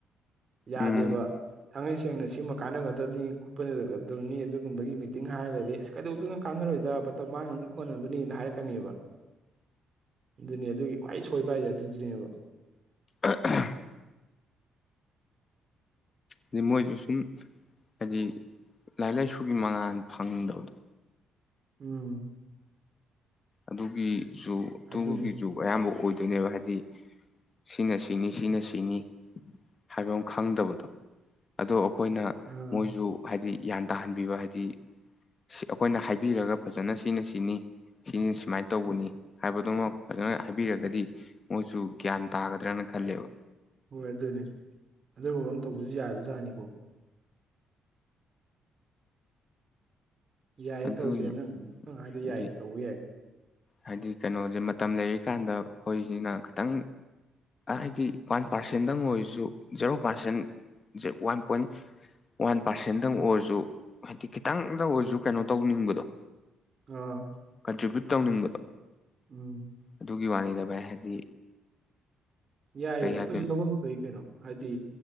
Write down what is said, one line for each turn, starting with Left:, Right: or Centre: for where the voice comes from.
Right: ꯌꯥꯗꯦꯕ
Left: ꯎꯝ
Right: ꯊꯥꯡꯉꯩꯁꯦ ꯁꯦꯡꯅ ꯁꯤꯃ ꯀꯥꯟꯅꯒꯗꯕꯅꯤ ꯈꯣꯠꯄꯗꯕꯅꯤ ꯑꯗꯨꯒꯨꯝꯕꯒꯤ ꯃꯤꯇꯤꯡ ꯍꯥꯏꯔꯒꯗꯤ ꯑꯁ ꯀꯩꯗꯧꯗꯣꯢꯅꯣ ꯀꯥꯟꯅꯔꯣꯏꯗ ꯃꯥꯡꯅꯕꯅꯤ ꯈꯣꯠꯅꯕꯅꯤꯅ ꯍꯥꯏꯔꯛꯀꯅꯤꯕ ꯑꯗꯨꯅꯦ ꯑꯗꯨꯒꯤ ꯈ꯭ꯋꯥꯏ ꯁꯣꯏꯕ ꯍꯥꯏꯁꯦ ꯑꯗꯨꯗꯨꯅꯦꯕ
Left: ꯑ ꯍ ꯑꯗꯨ ꯃꯣꯏꯖꯨ ꯁꯨꯝ ꯍꯥꯏꯗꯤ ꯂꯥꯏꯔꯤꯛ ꯂꯥꯏꯁꯨꯒꯤ ꯃꯉꯥꯜ ꯐꯪꯗꯕꯗꯣ
Right: ꯎꯝ
Left: ꯑꯗꯨꯒꯤ ꯖꯨ ꯑꯗꯨꯒꯤ
Right: ꯑꯗꯨꯅꯤ
Left: ꯖꯨ ꯑꯌꯥꯝꯕ ꯑꯣꯏ ꯑꯗꯨꯅꯦꯕ ꯍꯥꯏꯗꯤ ꯁꯤꯅ ꯁꯤꯅꯤ ꯁꯤꯅ ꯁꯤꯅꯤ ꯍꯥꯏꯕ ꯑꯃ ꯈꯪꯗꯕꯗꯣ ꯑꯗꯣ ꯑꯩꯈꯣꯏꯅ
Right: ꯑꯥ
Left: ꯃꯣꯏꯁꯨ ꯍꯥꯏꯗꯤ ꯒ꯭ꯌꯥꯟ ꯇꯥꯍꯟꯕꯤꯕ ꯍꯥꯏꯗꯤ ꯑꯩꯈꯣꯏꯅ ꯍꯥꯏꯕꯤꯔꯒ ꯐꯖꯅ ꯁꯤꯅ ꯁꯤꯅꯤ ꯁꯤꯅꯤ ꯁꯨꯃꯥꯏꯅ ꯇꯧꯕꯅꯤ ꯍꯥꯏꯕꯗꯨꯃ ꯐꯖꯅ ꯍꯥꯏꯕꯤꯔꯒꯗꯤ ꯃꯣꯏꯁꯨ ꯒ꯭ꯌꯥꯟ ꯇꯥꯒꯗ꯭ꯔꯅ ꯈꯜꯂꯦꯕ
Right: ꯍꯣꯏ ꯑꯗꯨꯅꯦ ꯑꯗꯨꯒꯨꯝꯕ ꯑꯃ ꯇꯧꯕꯁꯨ ꯌꯥꯕꯖꯥꯠꯅꯤꯀꯣ ꯌꯥꯏꯌꯦ
Left: ꯑꯗꯨꯅꯤ
Right: ꯇꯧꯁꯦ ꯅꯪ ꯅꯪ ꯍꯥꯏꯗꯣ
Left: ꯍꯥꯏꯗꯤ
Right: ꯌꯥꯏꯌꯦ ꯇꯧꯕ ꯌꯥꯏ
Left: ꯍꯥꯏꯗꯤ ꯀꯩꯅꯣꯁꯦ ꯃꯇꯝ ꯂꯩꯔꯤ ꯀꯥꯟꯗ ꯑꯩꯈꯣꯏꯁꯤꯅ ꯈꯇꯪ ꯍꯥꯏꯗꯤ ꯋꯥꯟ ꯄꯥꯔꯁꯦꯟꯗꯪ ꯑꯣꯏꯔꯁꯨ ꯖꯦꯔꯣ ꯄꯥꯔꯁꯦꯟꯖꯦ ꯋꯥꯟ ꯄꯣꯏꯟ ꯋꯥꯟ ꯄꯥꯔꯁꯦꯟꯗꯪ ꯑꯣꯏꯔꯁꯨ ꯍꯥꯏꯗꯤ ꯈꯤꯇꯪꯗ ꯑꯣꯏꯔꯁꯨ ꯀꯩꯅꯣ ꯇꯧꯅꯤꯡꯕꯗꯣ
Right: ꯑꯥ
Left: ꯀꯟꯇ꯭ꯔꯤꯕ꯭ꯌꯨꯠ ꯇꯧꯅꯤꯡꯕꯗꯣ
Right: ꯎꯝ
Left: ꯑꯗꯨ ꯒꯤ ꯋꯥꯅꯤꯗ ꯚꯥꯢ ꯍꯥꯏꯗꯤ
Right: ꯌꯥꯏꯌꯦ
Left: ꯀꯩ
Right: ꯑꯩꯈꯣꯏꯁꯨ
Left: ꯍꯥꯏꯗꯣꯏꯅꯣ
Right: ꯂꯧꯐꯝ ꯊꯣꯛꯏ ꯀꯩꯅꯣ ꯍꯥꯏꯗꯤ